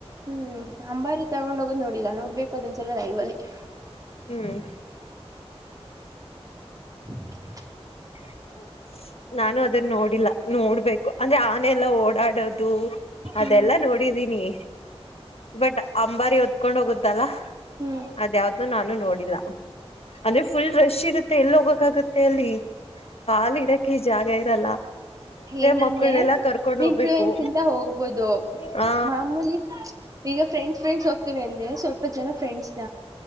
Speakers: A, on the right (about 35°); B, on the left (about 70°).
A: ಹ್ಮ್ ಅಂಬಾರಿ ತಗೊಂಡ್ ಹೋಗೋದ್ ನೋಡಿಲ್ಲ ನೋಡ್ಬೇಕು ಕೊದಂಚಲ್ಲ ನಐ ಬಿ <inaudible>
B: ಹ್ಮ್
A: <inaudible>
B: ಹ್ಮ <inaudible> ನಾನು ಅದನ್ನ ನೋಡಿಲ್ಲ ನೋಡ್ಬೇಕು ಅಂದ್ರೆ ಆನೆ ಎಲ್ಲ ಓಡಾಡದು ಅದೆಲ್ಲ
A: ಹ್ಮ್
B: ನೋಡಿದೀನಿ ಬಟ್ ಅಂಬಾರಿ ಹೊತ್ತು ಹೋಗೋದು ಕರ್ಕೊಂಡು ಹೋಗುತ್ತಲ
A: ಹ್ಮ್
B: ಅದ ಯಾವ್ದು ನಾನು ನೋಡಿಲ್ಲ ಇಲ್ಲ ಅಂದರೆ ಫುಲ್ ರೇಶ್ ಇರುತ್ತೆ ಎಲ್ಲಿ ಹೋಗೋದು ಸಾಕಾಗುತ್ತೇ ಅಲ್ಲಿ ಕಾಲು ಇಡೋಕೆ ಎಕೇ ಜಾಗ ಇರಲ್ಲ
A: ಏನು
B: ಮಕ್ಕಳನೆಲ್ಲಾ
A: ಅಂದರೆ
B: ಕರ್ಕೊಂಡ್ ಹೋಗ್ಬೇಕು
A: ಫ್ರೆಂಡ್ಸ್ ನೀನು ಜೊತೆ ಹೋಗ್ಬೋದು
B: ಹಾ
A: ಮಾಮೂಲಿ ಈಗ ಫ್ರೆಂಡ್ಸ್ ಫ್ರೆಂಡ್ಸ್ ಹೋಗ್ತಿೀವಿ ಅಂದೆ ಸ್ವಲ್ಪ ಜನ ಫ್ರೆಂಡ್ಸ್್ದ